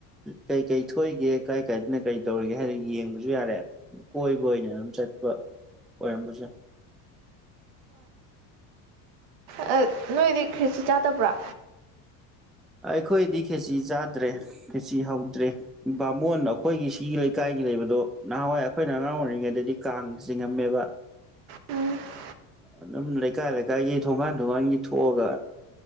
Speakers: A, in the centre; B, on the right.
A: ꯀꯩ ꯀꯩ ꯊꯣꯛꯏꯒꯦ ꯀꯥꯏ ꯀꯥꯏꯗꯅ ꯀꯩ ꯇꯧꯔꯤꯒꯦ ꯍꯥꯏꯅ ꯌꯦꯡꯕꯖꯨ ꯌꯥꯔꯦ ꯀꯣꯏꯕ ꯑꯣꯏꯅ ꯑꯗꯨꯝ ꯆꯠꯄ ꯑꯣꯏꯔꯝꯕꯖꯨ ꯌꯥꯢ
B: ꯑ ꯅꯣꯏꯗꯤ ꯈꯦꯆ꯭ꯔꯤ ꯆꯥꯗꯕ꯭ꯔꯥ
A: ꯑꯩꯈꯣꯏꯗꯤ ꯈꯦꯆꯤ ꯆꯥꯗ꯭ꯔꯦ ꯈꯦꯆꯤ ꯍꯧꯗ꯭ꯔꯦ ꯕꯥꯃꯣꯟ ꯑꯩꯈꯣꯏꯒꯤ ꯁꯤꯒꯤ ꯂꯩꯀꯥꯏꯒꯤ ꯂꯩꯕꯗꯣ ꯅꯍꯥꯟꯋꯥꯏ ꯑꯩꯈꯣꯏꯅ ꯑꯉꯥꯡ ꯑꯣꯏꯔꯤꯉꯩꯗꯗꯤ ꯀꯥꯡ ꯆꯤꯡꯉꯝꯃꯦꯕ
B: ꯎꯝ
A: ꯑꯗꯨꯝ ꯂꯩꯀꯥꯏ ꯂꯩꯀꯥꯏꯒꯤ ꯊꯣꯡꯒꯥꯟ ꯊꯣꯡꯒꯥꯟꯒꯤ ꯊꯣꯛꯑꯒ